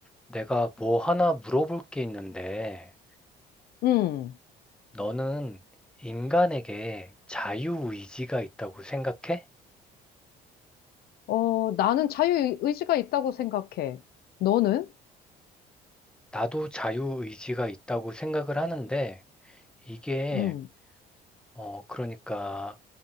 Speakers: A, in the centre; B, on the left (about 65°).
A: 내가 뭐 하나 물어볼 게 있는데,
B: 음.
A: 너는 인간에게 자유의지가 있다고 생각해?
B: 어, 나는 자유의지가 있다고 생각해. 너는?
A: 나도 자유의지가 있다고 생각을 하는데, 이게,
B: 음.
A: 어, 그러니까,